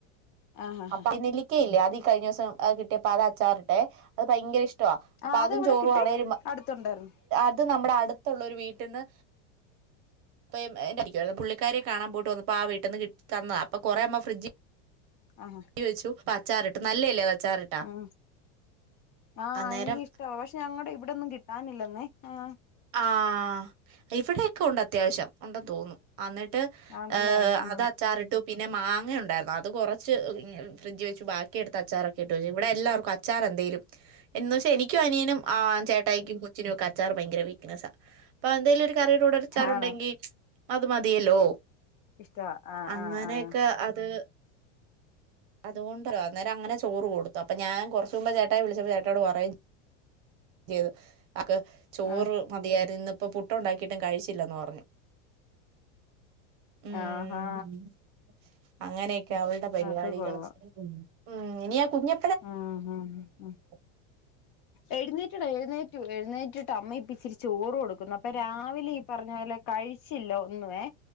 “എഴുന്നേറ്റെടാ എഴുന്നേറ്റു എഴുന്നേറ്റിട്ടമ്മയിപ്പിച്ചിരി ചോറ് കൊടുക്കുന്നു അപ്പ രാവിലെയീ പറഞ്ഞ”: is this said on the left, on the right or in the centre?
Left